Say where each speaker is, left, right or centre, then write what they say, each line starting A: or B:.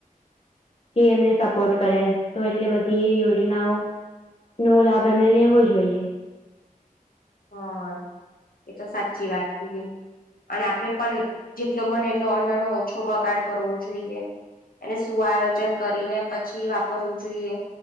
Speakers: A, on the left; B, on the left.
A: કે એમને સપોર્ટ કરે તો એટલે બધી એ યોજનાઓ. નો લાભ એમને લેવો જોઈએ.
B: હા એ તો સાચી વાત કીધી અને આપડે પણ જેટલો બને એટલો અન્ન ન ઓછો બગાડ કરવો જોઈએ. એને શું આયોજન કરીને પછી વાપરવું જોઈએ